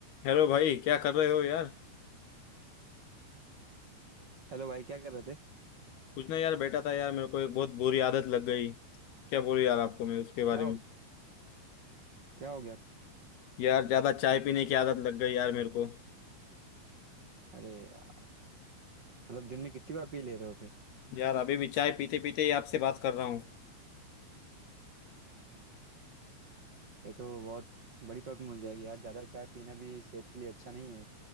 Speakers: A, on the left; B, on the right.
A: Hello भाई क्या कर रहे हो यार
B: Hello भाई क्या कर रहे थे
A: कुछ ना यार बैठा था यार मेरे को एक बहुत बुरी आदत लग गई क्या बोलूं यार आपको मैं उसके बारे
B: क्या हो
A: में
B: क्या हो गया
A: यार ज्यादा चाय पीने की आदत लग गई यार मेरे को
B: अरे यार मतलब दिन में कितनी बार पी ले रहे हो फिर
A: यार अभी भी चाय पीते पीते ही आपसे बात कर रहा हूँ
B: ये तो बहुत बड़ी प्रॉब्लम हो जाएगी यार ज़्यादा चाय पीना भी सेहत के लिए अच्छा नहीं है